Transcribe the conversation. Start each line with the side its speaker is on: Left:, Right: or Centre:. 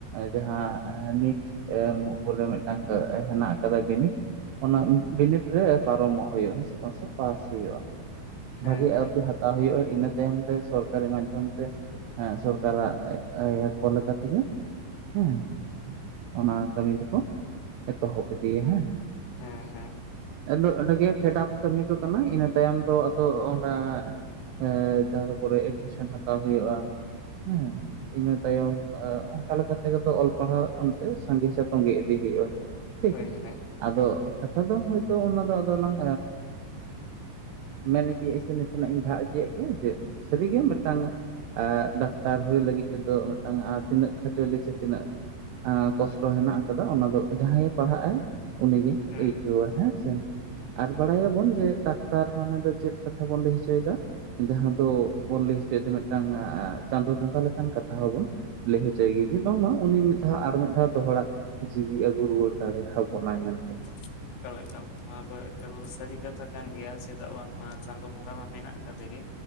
Right: ᱡᱟᱦᱟᱸ ᱟᱺ ᱱᱤᱴ ᱟᱹ ᱵᱚᱞᱮ ᱢᱤᱫᱴᱟᱝ ᱦᱮᱱᱟᱜ ᱟᱠᱟᱫᱟ ᱵᱤᱱᱤᱰ ᱚᱱᱟ ᱢᱤᱱᱤᱴ ᱨᱮ ᱯᱟᱨᱚᱢᱚᱜ ᱦᱩᱭᱩᱜᱼᱟ, ᱦᱮᱸ ᱥᱮ ᱵᱟᱸᱥᱮ ᱯᱟᱥ ᱦᱩᱭᱩᱜᱼᱟ᱾
Left: ᱦᱮᱸ
Right: ᱵᱷᱟᱹᱜᱤ ᱟᱨᱡᱚ ᱦᱟᱛ ᱛᱟᱣ ᱦᱩᱭᱩᱜᱼᱟ ᱤᱱᱟᱹ ᱛᱟᱭᱚᱢ ᱛᱮ ᱥᱚᱨᱠᱟᱨᱤ ᱢᱟᱫᱽᱫᱷᱚᱢ ᱛᱮ ᱦᱮᱸ ᱥᱚᱨᱠᱟᱨᱟᱜ ᱤᱭᱟᱹ ᱠᱚ ᱞᱮᱠᱟ ᱛᱮᱜᱮ ᱦᱮᱸ ᱚᱱᱟ ᱠᱟᱹᱢᱤ ᱫᱚᱠᱚ ᱮᱛᱚᱦᱚᱵ ᱤᱫᱤᱭᱟ ᱦᱮᱸ
Left: ᱦᱮᱸ ᱦᱮᱸ᱾
Right: ᱟᱫᱚ ᱚᱸᱰᱮ ᱜᱮ ᱯᱷᱮᱰᱟᱛ ᱠᱟᱹᱢᱤ ᱫᱚ ᱠᱟᱱᱟ᱾ ᱤᱱᱟᱹ ᱛᱟᱭᱚᱢ ᱫᱚ ᱟᱫᱚ ᱚᱱᱟ ᱮ ᱪᱟᱨᱯᱚᱨᱮ ᱮᱰᱢᱤᱥᱚᱱ ᱦᱟᱛᱟᱣ ᱦᱩᱭᱩᱜᱼᱟ ᱦᱮᱸ᱾ ᱤᱱᱟᱹ ᱛᱟᱭᱚᱢ ᱚᱱᱠᱟ ᱞᱮᱠᱟ ᱛᱮᱜᱮ ᱫᱚ ᱚᱞ ᱯᱟᱲᱦᱟᱣ ᱚᱱᱛᱮ ᱥᱟᱸᱜᱮ ᱥᱟ ᱛᱚᱝᱜᱮ ᱤᱫᱤ ᱦᱩᱭᱩᱜᱼᱟ᱾ ᱴᱷᱤᱠ,
Left: ᱦᱳᱭ ᱦᱳᱭ
Right: ᱟᱫᱚ ᱠᱟᱛᱷᱟ ᱫᱚ ᱦᱳᱭᱛᱳ ᱚᱱᱟ ᱫᱚ ᱟᱫᱚ ᱞᱟᱝ ᱢᱮᱱ ᱤᱫᱤᱭᱮᱜ ᱥᱮ ᱱᱟᱥᱮᱱᱟᱜ ᱤᱧ ᱡᱷᱟᱜ ᱤᱫᱤᱭᱮᱫ ᱜᱮ ᱡᱮ ᱥᱟᱹᱨᱤ ᱜᱮ ᱢᱤᱫᱴᱟᱝ ᱟᱹ ᱰᱟᱠ ᱴᱟᱨ ᱦᱩᱭᱩᱜ ᱞᱟᱹᱜᱤᱫ ᱛᱮᱫᱚ ᱢᱤᱫᱴᱟᱝ ᱟᱨ ᱛᱤᱱᱟᱹᱜ, ᱠᱷᱟᱹᱴᱟᱹᱞᱤ ᱥᱮ ᱛᱤᱱᱟᱹᱜ ᱟᱸ ᱠᱚᱥᱴᱚ ᱦᱮᱱᱟᱜ ᱟᱠᱟᱫᱟ, ᱚᱱᱟ ᱫᱚ ᱡᱟᱸᱦᱟᱭ ᱮ ᱯᱟᱲᱦᱟᱜ ᱟᱭ, ᱩᱱᱤᱜᱮ
Left: ᱦᱩᱸ
Right: ᱟᱹᱭᱠᱟᱹᱣᱼᱟ ᱦᱮᱸ ᱥᱮ᱾ ᱟᱨ ᱵᱟᱲᱟᱭ ᱟᱵᱚᱱ ᱡᱮ ᱰᱟᱠᱴᱟᱨ ᱢᱟᱱᱮ ᱫᱚ ᱪᱮᱫ ᱠᱟᱛᱷᱟ ᱵᱚᱱ ᱞᱟᱹᱭ ᱦᱚᱪᱚᱭ ᱮᱫᱟ᱾ ᱡᱟᱸᱦᱟ ᱫᱚ ᱵᱚᱱ ᱞᱟᱹᱭ ᱦᱚᱪᱚᱭ ᱮᱫᱟ, ᱢᱤᱫᱴᱟᱝ ᱪᱟᱸᱫᱳ ᱵᱚᱸᱜᱟ ᱞᱮᱠᱟᱱ ᱠᱟᱛᱷᱟ ᱦᱚᱸ ᱵᱚᱱ, ᱞᱟᱹᱭ ᱦᱚᱪᱚᱭ ᱜᱮᱭᱟ, ᱡᱮ ᱵᱟᱝᱢᱟ ᱩᱱᱤ ᱢᱤᱫ ᱫᱷᱟᱣ ᱟᱨ ᱢᱤᱫ ᱫᱷᱟᱣ ᱫᱚᱦᱚᱲᱟ ᱡᱤᱣᱤ ᱟᱹᱜᱩ ᱨᱩᱣᱟᱹᱲ ᱫᱟᱲᱮ ᱟᱵᱚ ᱱᱟᱭ ᱢᱮᱱᱛᱮ,
Left: <inaudible> ᱮᱠᱟᱞ <unintelligible> ᱱᱚᱣᱟ ᱫᱚ ᱥᱟᱹᱨᱤ ᱠᱟᱛᱷᱟ ᱠᱟᱱ ᱜᱮᱭᱟ᱾ ᱪᱮᱫᱟᱜ ᱵᱟᱝᱢᱟ ᱪᱟᱸᱫᱳ ᱵᱚᱸᱜᱟ ᱢᱟ ᱢᱮᱱᱟᱜ ᱟᱠᱟᱫᱮ ᱜᱮ᱾